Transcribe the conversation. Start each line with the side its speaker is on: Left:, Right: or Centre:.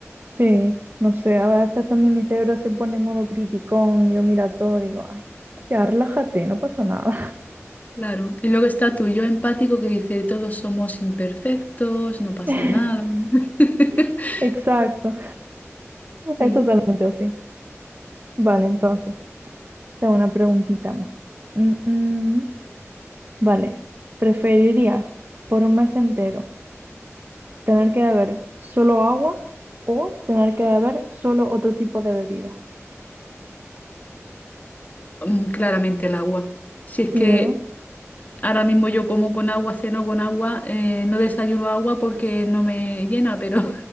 Right: Sí, no sé, a veces también mi cerebro se pone en modo criticón, lo mira todo, digo, ay, ya relájate, no pasa nada.
Left: Claro. Y luego está tu yo empático que dice, todos somos imperfectos, no pasa
Right: <laughs>
Left: nada. <laughs>
Right: Exacto,
Left: Sí.
Right: es totalmente así. Vale, entonces, te hago una preguntita más. Mm, mm, Vale, ¿preferirías por un mes entero? Tener que beber solo agua o tener que beber solo otro tipo de bebida.
Left: Mm, Claramente el agua. Si
Right: Sí,
Left: es que
Right: ¿verdad?
Left: ahora mismo yo como con agua, ceno con agua, eh, no desayuno agua porque no me llena, pero